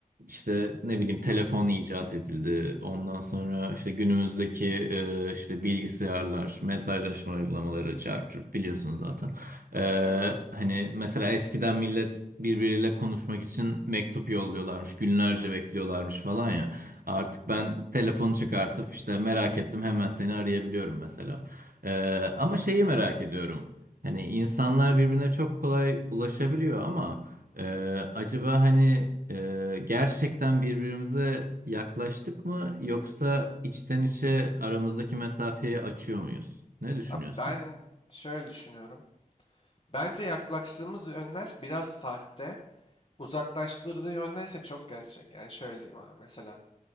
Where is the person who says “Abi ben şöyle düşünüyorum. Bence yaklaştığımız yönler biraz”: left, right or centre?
Left